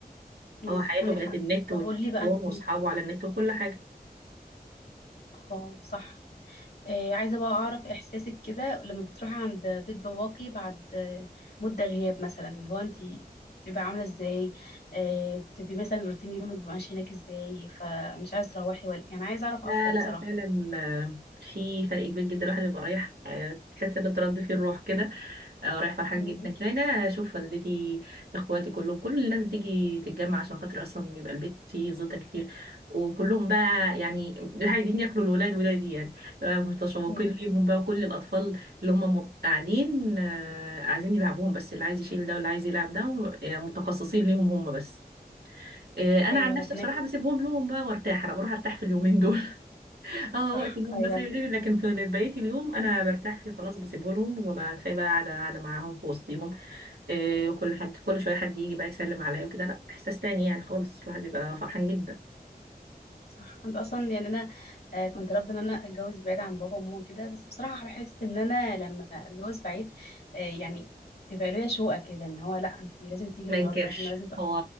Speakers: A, on the left (about 75°); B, on the right (about 75°).
A: امم
B: هو حياته
A: عندك
B: بقت
A: حق
B: النت
A: طب
B: والتليفون
A: قولي لي بقى انت
B: واصحابه على النت وكل حاجه
A: اه صح آه عايزه بقى اعرف احساسك كده لما بتروحي عند بيت باباكي بعد آه، مده غياب مثلا اللي هو انت بتبقى عامله ازاي آه بتبقي مثلا روتين يومك بيبقى ماشي هناك ازاي فمش عايزه تروحي ولا يعني عايزه اعرف
B: لا
A: اكتر
B: لا
A: بصراحه
B: فعلا آه، في فرق كبير جدا الواحد بيبقى رايح آه، تحس ان ترد فيه الروح كده اه رايح فرحان
A: امم
B: جدا لان انا اشوف والدتي اخواتي كلهم كل الناس بتيجي تتجمع عشان خاطر اصلا بيبقى البيت فيه زيطه كتير وكلهم بقى يعني <laughs> عايزين ياكلوا الولاد ولادي يعني بقى متشوقين
A: أمم.
B: ليهم بقى وكل الاطفال اللي هم م- قاعدين آه، عايزين يلعبوهم بس اللي عايز يشيل ده واللي عايز يلعب ده و- آه، متخصصين ليهم هم بس آه، انا
A: ايوه
B: عن نفسي
A: ربنا
B: بصراحه
A: يخ-
B: بسيبهم لهم بقى وارتاح انا بروح ارتاح في اليومين دول <laughs> اه
A: صح
B: وقت النوم
A: ايوه
B: بس
A: أيوة.
B: لكن في بقيه اليوم انا برتاح فيه خلاص بسيبه لهم وببقى كفايه بقى على على معاهم في وسطهم إيه، كل حد كل شويه حد يجي بقى يسلم عليا وكده لا احساس تاني يعني خالص الواحد بيبقى فرحان جدا
A: صح انت اصلا يعني انا آه، كنت رافضه ان انا اتجوز بعيد عن بابا وماما كده بس بصراحه بحس ان انا لما اتجوز بعيد آه، يعني بيبقى ليا شوقه كده ان هو لا انت لازم تيجي
B: ما
A: النهارده
B: ينكرش
A: احنا لازم تق...
B: هو